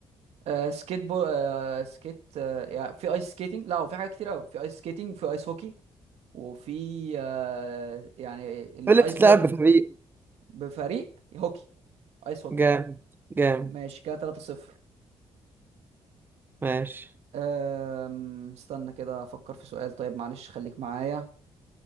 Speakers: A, on the right (about 75°); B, on the right (about 20°).
A: آه سكيت بو آه سكيت آه يعني في ايس سكيتنج لا هو في حاجات كتير قوي في ايس سكيتنج في ايس هوكي وفي آه يعني الايس
B: ايه اللي بتتلعب
A: بوردنج
B: بفريق؟
A: بفريق هوكي ايس هوكي
B: جامد جامد
A: ماشي كده 3-0
B: ماشي
A: أم، استنى كده افكر في سؤال طيب معلش خليك معايا